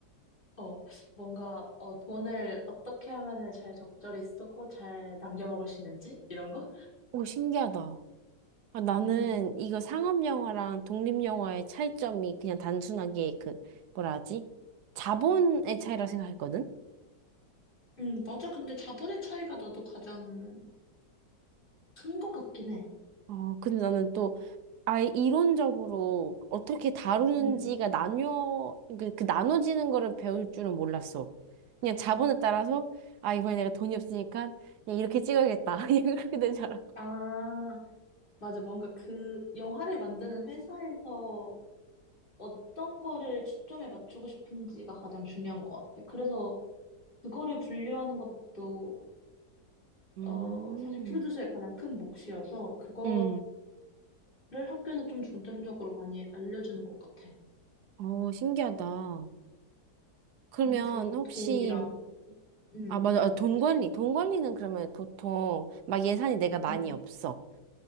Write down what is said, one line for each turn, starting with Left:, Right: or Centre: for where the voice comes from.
Left: 어, 뭔가, 어, 돈을 어떻게 하면은 잘 적절히 쓰고 잘 남겨 먹을 수 있는지? 이런 거?
Right: 오, 신기하다. 아, 나는
Left: 음,
Right: 이거 상업 영화랑 독립 영화의 차이점이 그냥 단순하게 그 뭐라 하지? 자본의 차이라 생각했거든.
Left: 음, 맞아. 근데 자본의 차이가 나도 가장 큰 것 같긴 해.
Right: 어, 근데 나는 또 아예 이론적으로 어떻게 다루는지가
Left: 음,
Right: 나뉘어, 그, 그 나눠지는 거를 배울 줄은 몰랐어. 그냥 자본에 따라서, 아, 이번에 내가 돈이 없으니까 그냥 이렇게 찍어야겠다. <laughs> 이렇게 된 줄 알았고.
Left: 아, 맞아. 뭔가 그 영화를 만드는 회사에서 어떤 거를 초점에 맞추고 싶은지가 가장 중요한 것 같아. 그래서 그거를 분류하는 것도,
Right: 음,
Left: 어, 사실 프로듀서의 가장 큰 몫이어서 그거를
Right: 음,
Left: 학교에서 좀 중점적으로 많이 알려주는 것 같아.
Right: 어, 신기하다. 그러면
Left: 음, 그리고
Right: 혹시,
Left: 돈이랑, 음,
Right: 아, 맞아. 아, 돈 관리. 돈 관리는 그러면 보통 막 예산이 내가 많이
Left: 음,
Right: 없어.